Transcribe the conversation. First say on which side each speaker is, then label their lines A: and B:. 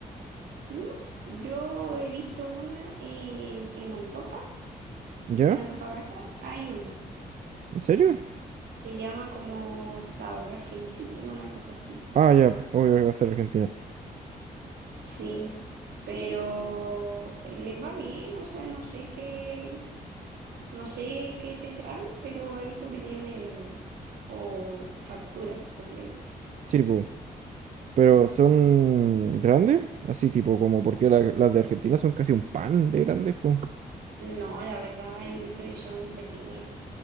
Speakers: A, on the right; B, on the right.
A: ¿Mm? Yo he visto una en, en Antofa,
B: ¿ya?
A: en Antofagasta hay una.
B: ¿En serio?
A: Se llama como Sabor Argentino, una cosa así.
B: Ah, ya, obvio que va a ser Argentina.
A: Sí, pero les va bien, o sea, no sé qué, no sé qué tendrán, pero he visto que tienen media luna o facturas, como le llaman.
B: Sí, pu, pero son grandes, así tipo, como porque la- las de Argentina son casi un pan de grandes, pues.
A: No, la verdad, yo he visto y son pequeñas.